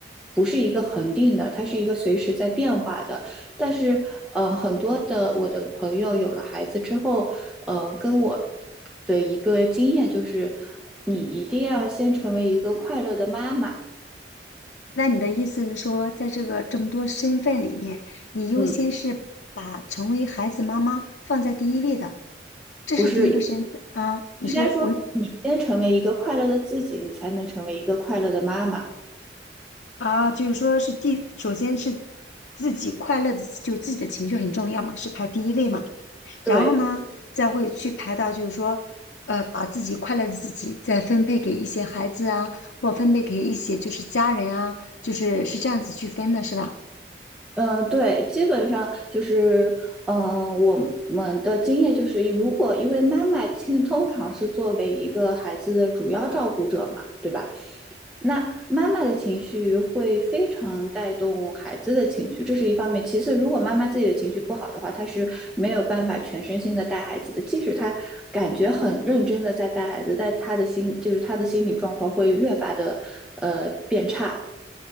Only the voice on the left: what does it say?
那你的意思是说，在这个这么多身份里面，你优先是把成为孩子妈妈放在第一位的，
这是第一个身份啊？
你是我
啊，就是说是第，首先是自己快乐的，就自己的情绪很重要嘛，是排第一位嘛。
然后呢，再会去排到就是说，呃，把自己快乐的自己再分配给一些孩子啊，或分配给一些就是家人啊，就是是这样子去分的，是吧？